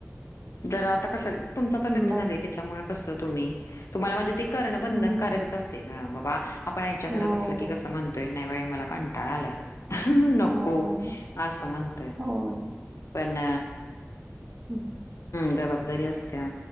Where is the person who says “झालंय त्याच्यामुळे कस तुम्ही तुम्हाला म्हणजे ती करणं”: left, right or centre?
Left